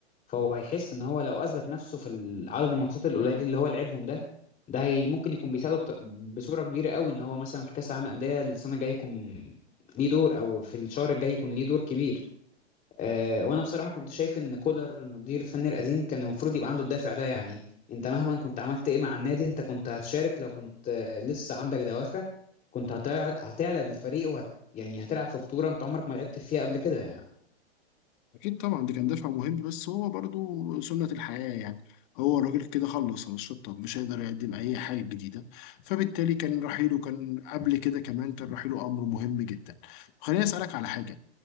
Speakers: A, on the left; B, on the left.
A: فهو هيحس ان هو لو اثبت نفسه في ال- عدد الماتشات القليل اللي هو لعبهم ده ده هي ممكن يكون بيساعده بط- بصوره كبيره قوي ان هو مثلا في كاس العالم للانديه السنه الجايه يكون ليه دور او في الشهر الجاي يكون ليه دور كبير آه، وانا بصراحه كنت شايف ان كولر المدير الفني القديم كان المفروض يبقى عنده الدافع ده يعني انت مهما كنت عملت ايه مع النادي انت كنت هتشارك لو كنت آه، لسه عندك دوافع كنت هتع- هتعلى بالفريق وهت يعني هتلعب في بطوله انت عمرك ما لعبت فيها قبل كده يعني
B: اكيد طبعا دي كان دفع مهم بس هو برضو سنة الحياة يعني هو الراجل كده خلص على الشطة مش هيقدر يقدم أي حاجة جديدة فبالتالي كان رحيله كان قبل كده كمان كان رحيله أمر مهم جدا خليني أسألك على حاجة